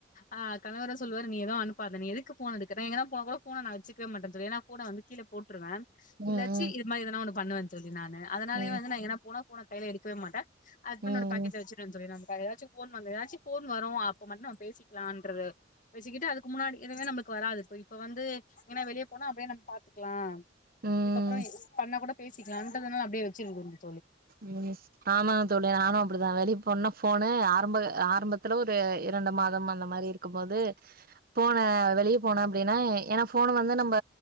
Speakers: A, on the left (about 45°); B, on the right (about 50°).
A: ஆ கணவரு சொல்லுவாரு நீ எது அனுப் பாத நீ எதுக்கு ஃபோன எடுக்கிற நா எங்கனா போனா கூட ஃபோன நா வெச்சிக்கவே மாட்ட தோழி ஏன்னா ஃபோன வந்து கீழ போட் ருவே
B: ம்
A: இல்லாச்சி
B: ம்
A: இது மாரி எதனா ஒண்ணு பண்ணுவந் தோழி நானு அதனாலயே
B: ம்
A: வந்து நா எங்கனா போனா ஃபோன கைலெ எடுக்கவே மாட்ட ஹஸ்பண்டோட
B: ம்
A: பாக்கெட்ல வச்சிட்டு வந்துருவே நானு வேற எதாச்சு ஃபோன் வந்து ஏதாச்சு ஃபோன் வரு அப்ப மட்டு நம்ம பேசிக்கலான்ற வச்சிக்கிட்டு இதுக்கு முன்னாடி இதுவே நம்ளுக் கு வராது இப்ப இப்ப வந்து எங்கன்னா வெளியே போனா அப்டியே நம்ம பாத்துக்கலா
B: ம்
A: இதுக்கப்றோ எது பண்ணா கூட பேசிக்கலான்றதனால அப்டியே வச்சிருங்க வந்து
B: <inaudible> ஆம்மா தோழி நானு அப்பிடிதா வெளிய போனனா ஃபோனு ஆரம்ப ஆரம்பத்துல ஒரு இரண்டு மாதம் அந்த மாரி இருக்கும் போது போன வெளியே போனே அப்டின்னா ஏன்னா ஃபோன வந்து நம்ப